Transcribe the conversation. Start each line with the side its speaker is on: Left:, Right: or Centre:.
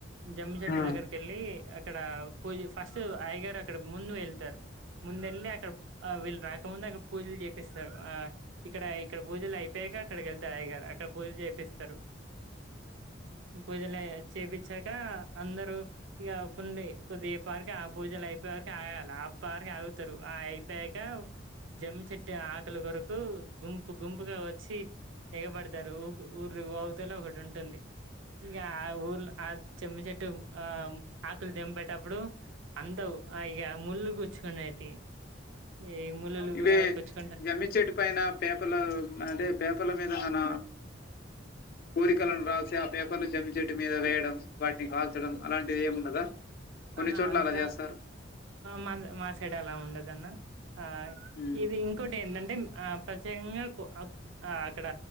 Right: జమ్మిశెట్టి
Left: ఆ
Right: దగ్గరకీ వెళ్ళి అక్కడ. పూజ ఫస్ట్ అయగారు అక్కడ ముందు వెళ్తారు ముందు వెళ్ళి అక్కడ ఆ వీళ్ళు రాకముందు అక్కడ పూజలు చేపిస్తారు ఆ ఇక్కడ. ఇక్కడ పూజలు అయిపోయాగా అక్కడికి వెళ్తా అయ్యగారు అక్కడ పూజలు చేయిపిస్తారు పూజలఅయి చేపిచ్చాక అందరూ ఇయకుండి కొద్దిపారిక ఆ పూజలు అయిపోయే వరకి ఆగాల ఆ అప్ప వరకు ఆగుతారు ఆ అయిపోయాక. జమ్మి చెట్టు ఆకులు కొరకు గుంపు గుంపుగా వచ్చి తెగబడతారు ఊ ఊరు అవుతలో ఒకటి ఉంటుంది ఇగ ఆ ఊర్లో ఆ చెమ్ము చెట్టు ఆ ఆకులు తేంపేట అప్పుడు అందవు ఇక ముళ్ళు కూచ్చుకునేటి ఏ మూలలు
Left: ఇవే
Right: ఆ గుచ్చుకుంట.
Left: జమ్మి చెట్టు పైన పేపర్లు అంటే పేపర్ల మీద మన కోరికలను రాసి ఆ పేపర్లు జమ్మే చేట్టు మీద వేయడం. వాటిని కాల్చడం అలాంటిది ఏముండదా. కొన్ని
Right: ఆహా
Left: చోట్ల
Right: అంతా
Left: అలా చేస్తారు
Right: మా మాసైడు అలా ఉండదఅన్న ఆ
Left: ఉమ్
Right: ఇది ఇంకోటి ఏంట అంటే ఆ ప్రచ్యూకంగా. పో ఆ అక్కడ